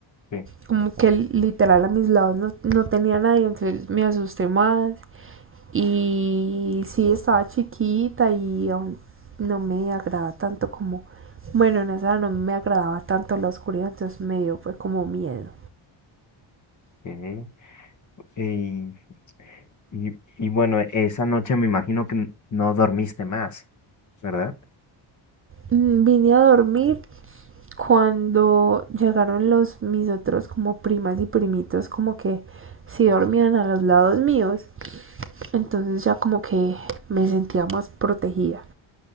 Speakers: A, on the left; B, on the right.
A: Sí.
B: Como que literal a mis lados no, no tenía nadie, entonces me asusté más y sí, estaba chiquita y aún no me agradaba tanto como, bueno, en esa no me agradaba tanto la oscuridad, entonces me dio fue como miedo.
A: Ok. Y, y, y bueno, esa noche me imagino que n- no dormiste más, ¿verdad?
B: Mm, Vine a dormir cuando llegaron los mis otros como primas y primitos como que sí dormían a los lados míos, entonces ya como que me sentía más protegida.